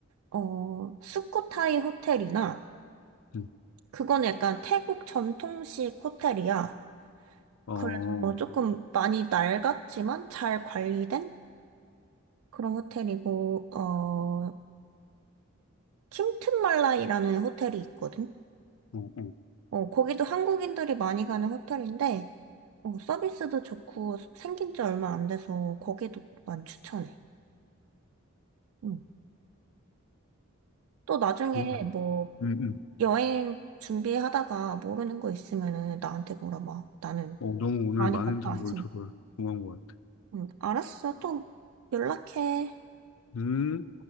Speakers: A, on the right (about 80°); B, on the left (about 75°).
A: 어, 스코타이 호텔이나,
B: 음.
A: 그거는 약간 태국 전통식 호텔이야.
B: 어,
A: 그래서
B: 어,
A: 뭐 조금 많이 낡았지만 잘 관리된 그런 호텔이고, 어, 킴튼말라이라는 호텔이 있거든?
B: 어,
A: 어, 거기도 한국인들이 많이 가는 호텔인데, 어, 서비스도 좋고 생긴 지 얼마 안 돼서 거기도 난 추천해. 응. 또 나중에
B: 좋은,
A: 뭐
B: 음, 음.
A: 여행 준비하다가 모르는 거 있으면은 나한테 물어봐. 나는
B: 어, 너무 오늘
A: 많이
B: 많은
A: 갔다
B: 정보를
A: 왔으니.
B: 줘서 고마운 것 같아.
A: 응. 알았어. 또 연락해.
B: 음.